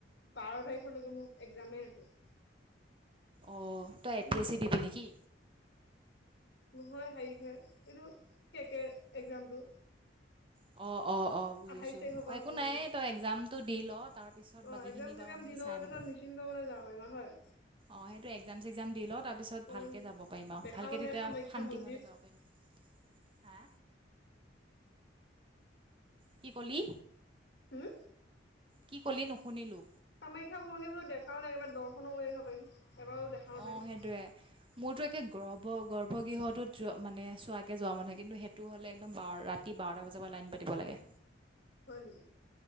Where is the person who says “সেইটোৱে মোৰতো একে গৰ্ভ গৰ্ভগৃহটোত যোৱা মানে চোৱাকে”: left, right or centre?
Right